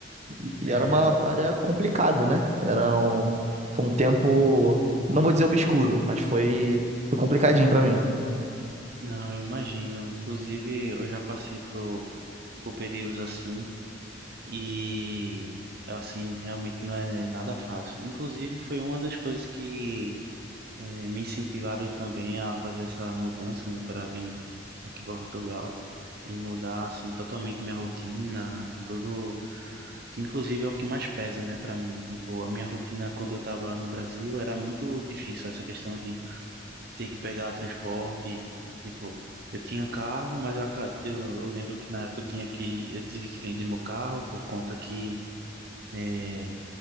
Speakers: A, on the right (about 35°); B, on the right (about 55°).
A: E
B: É,
A: e era uma área complicada, né? Era um... Foi um tempo, não vou dizer obscuro, mas foi, foi complicadinho pra mim.
B: não, eu imagino. Inclusive, eu já passei por, por períodos assim e, assim, realmente não é nada fácil. Inclusive, foi uma das coisas que eh, me incentivaram também a fazer essa mudança, né, para vir aqui para Portugal e mudar, assim, totalmente minha rotina, tudo, que inclusive é o que mais pesa, né, para mim. Tipo, a minha rotina quando eu estava no Brasil era muito difícil, essa questão de ter que pegar transporte. Tipo, eu tinha carro, mas eu, aca- eu, eu lembro que na época eu tinha que, eu tive que vender meu carro por conta que eh,